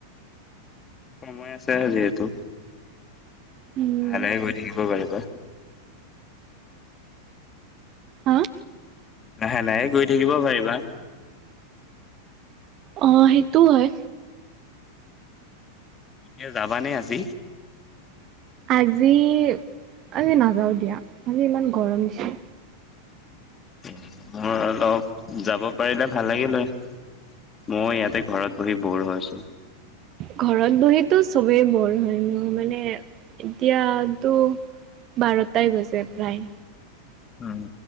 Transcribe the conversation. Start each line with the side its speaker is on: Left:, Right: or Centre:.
Left: সময় আছে যিহেতু,
Right: উম
Left: ভালে গৈ শিকিব পাৰিবা।
Right: হা
Left: লাহে লাহে গৈ থাকিব পাৰিবা।
Right: অ' সেইটোও হয়।
Left: এতিয়া যাবানে আজি?
Right: আজি, আজি নাযাও দিয়া। মোৰ ইমান গৰম দিছে।
Left: <inaudible> মোৰ অলপ যাব পাৰিলে ভাল লাগিল হয়। মই ইয়াতে ঘৰত বহি ব'ৰ হৈ আছোঁ।
Right: ঘৰত বহিতো চবেই ব'ৰ হয়, মোৰ মানে এতিয়াতো বাৰটাই হৈছে প্ৰায়।
Left: হুম।